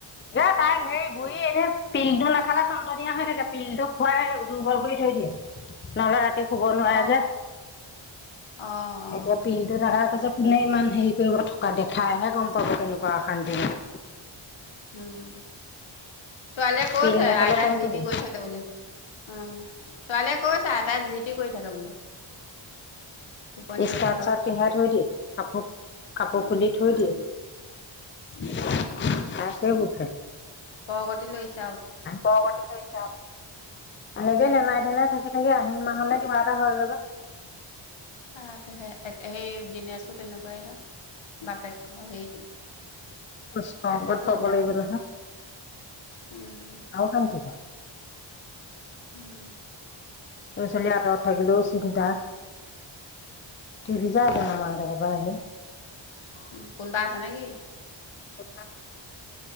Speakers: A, on the left; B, on the left.
A: এই তাই সেই বুঢ়ি এনেই, পিলটো নাখালে টন্তনিয়া হৈ থাকে, পিলটো খুৱাই দুৰ্বল কৰি থৈ দিয়ে। নহলে ৰাতি শুব নোৱাৰে
B: অ',
A: যে
B: অ', অ',
A: এতিয়া পিলটো নেখালে কৈছে- কোনে ইমান হেৰি কৰিব থকা দেখাইহে গম পাব কেনেকুৱা অশান্তি লাগে।
B: উম ছোৱালীয়ে কৈছে
A: পিল নাখালে
B: আইতাই
A: টনটনি
B: যি টি কৈ থাকে বুলি। উম ছোৱালীয়ে কৈছ আইটাই যিটি কৰি থাকে বোলে। টোপনি
A: স্কাৰ্ট
B: ক্ষতি হয়
A: চাৰ্ট পিন্ধাই থৈ দিয়ে । কাপোৰ কাপোৰ
B: উম
A: খুলি থৈ
B: উম
A: দিয়ে। তাই
B: উম উম
A: সেই বোৰ খাই।
B: পৰকতি লৰিছে।
A: পৰকটি লৰিছে। অ এনেকে
B: উম
A: লেনাই ঘেনাই থাকি থাকি আহি মাহ হলে কিবা এটা হৈ যাবা।
B: আহ কেফে, একে সেই দিনেছ তেনেকুৱাই সে বাপেক হেৰিটো
A: দছটা
B: তাকেহে
A: আগত
B: চিন্তা
A: পাব লাগিব
B: অ
A: নহয়।
B: উম
A: আৰু কাম কি বাও?
B: উম ।
A: লৰা ছোৱালী আঁতৰত থাকিলেও চিন্তা, টিভি চাই আছে মামা হঁতৰ ঘৰত। বাহে
B: উ কোনোবা আছা নেকি?
A: <unintelligible>